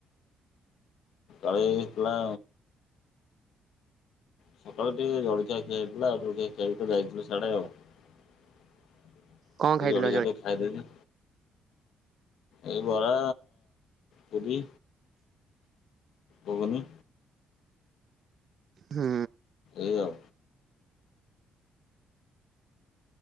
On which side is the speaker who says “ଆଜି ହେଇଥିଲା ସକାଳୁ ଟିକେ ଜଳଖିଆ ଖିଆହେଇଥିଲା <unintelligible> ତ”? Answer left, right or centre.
Left